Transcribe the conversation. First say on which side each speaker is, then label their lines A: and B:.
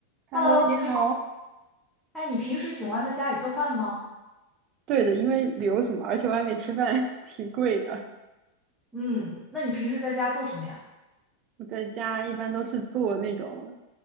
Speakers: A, on the right (about 35°); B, in the centre.
A: Hello，
B: Hello，
A: 你好。
B: 你好，哎，你平时喜欢在家里做饭吗？
A: 对的，因为留子嘛，而且外面吃饭 <laughs> 挺贵的。
B: 嗯，那你平时在家做什么呀？
A: 我在家一般都是做那种，